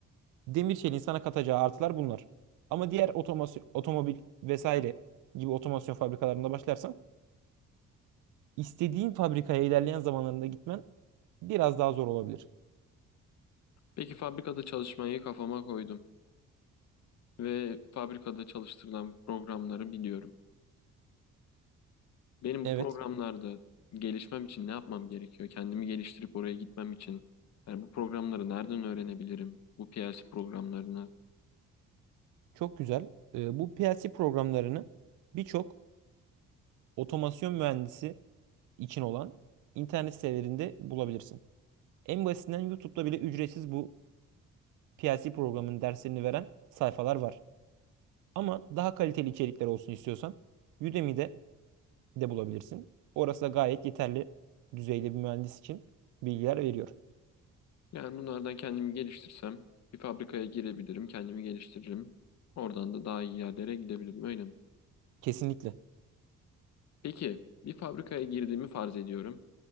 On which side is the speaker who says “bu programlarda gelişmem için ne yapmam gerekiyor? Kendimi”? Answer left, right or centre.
Left